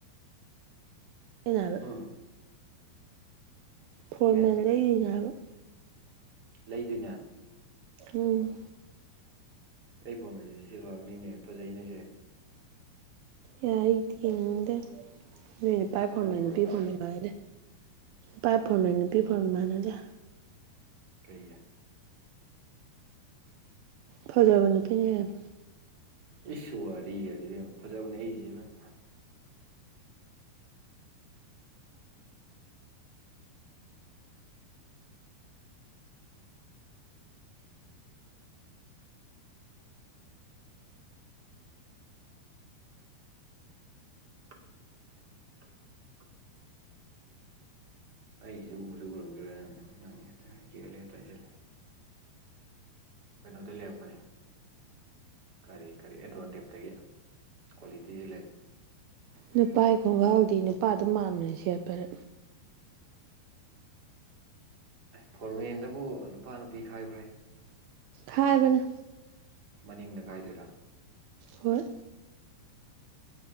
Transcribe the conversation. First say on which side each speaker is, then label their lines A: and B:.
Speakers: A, on the right; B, on the right.
A: ꯑꯩꯅ ꯍꯥꯏꯕ
B: ꯍꯨꯝ
A: ꯐꯣꯔꯃꯦꯟ
B: ꯀꯩ ꯍꯥꯏꯅꯣ
A: ꯂꯩꯔꯤꯅꯦ ꯍꯥꯏꯕ
B: ꯂꯩꯗꯨꯏꯅꯦ
A: ꯎꯝ
B: ꯑꯩ ꯐꯣꯔꯃꯦꯟꯁꯦ ꯁꯦꯠꯂꯣ ꯍꯥꯏꯕꯅꯤꯅꯦ ꯐꯖꯩꯅꯦꯁꯦ
A: ꯌꯥꯏ ꯑꯩꯗꯤ ꯊꯦꯡꯅꯤꯡꯗꯦ ꯅꯣꯏ ꯅꯨꯄꯥ ꯐꯪꯔꯃꯦꯟ
B: ꯅꯪ ꯎꯔꯕꯅꯦ
A: ꯅꯨꯄꯤ ꯐꯣꯔꯃꯦꯟ ꯃꯥꯟꯅꯗꯦ ꯄꯥꯏ ꯐꯣꯔꯃꯦꯟ ꯅꯨꯄꯤ ꯐꯣꯔꯃꯦꯟ ꯃꯥꯥꯟꯅꯗꯦ
B: ꯀꯩꯒꯤ
A: ꯐꯖꯕ ꯅꯨꯄꯤꯅ ꯍꯦꯜꯂꯤ
B: ꯏꯁꯨ ꯋꯥꯔꯤꯒꯗꯤ ꯏꯕꯦꯝꯃ ꯐꯖꯥꯕꯅꯦ ꯑꯩꯒꯤꯁꯦ ꯏꯕꯦꯝ <inaudible> ꯑꯩꯒꯤꯁꯦ ꯎꯁꯨ ꯎꯔꯝꯈꯤꯔꯣꯏ ꯅꯪꯅ ꯅꯪ ꯍꯦꯛꯇ <unintelligible> ꯍꯦꯛꯇ ꯍꯥꯏꯖꯤꯜꯂꯦ ꯀꯩꯅꯣꯗꯩ ꯂꯩꯔꯛꯄꯅꯦ ꯀꯔꯤ ꯀꯔꯤ ꯑꯦꯗꯣꯟꯇꯦꯞꯇꯒꯤ ꯀ꯭ꯋꯥꯂꯤꯇꯤꯁꯤ ꯂꯩ
A: ꯅꯨꯄꯥꯒꯤ ꯈꯣꯡꯒꯥꯎꯗꯤ ꯅꯨꯄꯥ ꯑꯗꯨꯝ ꯃꯥꯟꯕꯅꯤ ꯁꯦꯠꯄꯗ
B: ꯑꯦ ꯐꯣꯔꯃꯦꯟꯗꯕꯨ ꯅꯨꯄꯥ ꯅꯨꯄꯤ ꯈꯥꯏꯕ꯭ꯔꯍꯦ
A: ꯍꯥꯏꯕꯅꯦ꯫
B: ꯃꯅꯤꯡꯗ ꯀꯥꯏꯗꯣꯏꯔꯥ?
A: ꯍꯣꯏ